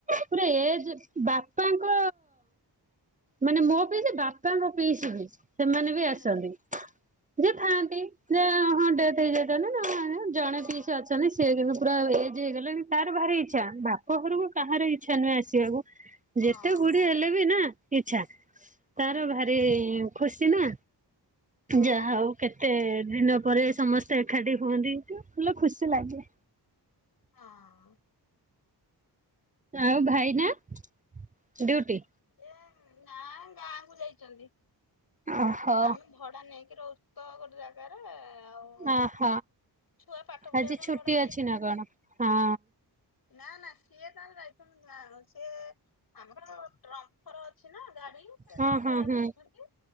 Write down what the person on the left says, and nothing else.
ହୁଁ
ହଁ
ହଁ
ହଁ
ହଁ।
ଏ ନାଁ ଗାଁ କୁ ଯାଇଚନ୍ତି।
ଆମେ ଭଡା ନେଇକି ରହୁଚୁ ତ ଗୋଟେ <unintelligible> ଆଉ
ଛୁଆ ପାଠ ପଢିବା
ପାଇଁ
ଭଡା
ନା-ନା ସିଏ ତାହେଲେ ଯାଇଚନ୍ତି ନା ସିଏ ଆମର ଟ୍ରମ୍ଫର ଅଛି ନା ଗାଡି। ସେ
ତାଙ୍କ ସେରା
ବୁଝୁଛନ୍ତି